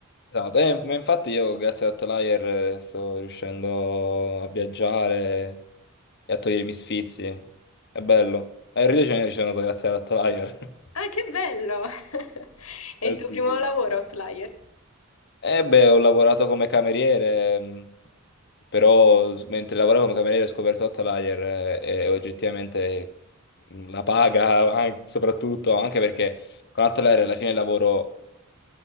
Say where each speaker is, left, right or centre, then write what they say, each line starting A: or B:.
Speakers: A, on the left; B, on the left.
A: Esatto, eh, ma infatti io grazie ad Outlier eh, sto riuscendo a viaggiare e a togliermi sfizi. È bello. E Rio de Janeiro ci sono andato grazie ad Outlier. <laughs>
B: Ah, che bello! <laughs> È
A: Eh
B: il tuo
A: sì.
B: primo lavoro, Outlier.
A: Eh beh, ho lavorato come cameriere, mh, però s- mentre lavoravo come cameriere ho scoperto Outlier eh, e oggettivamente mh, la paga, an- soprattutto anche perché con Outlier alla fine il lavoro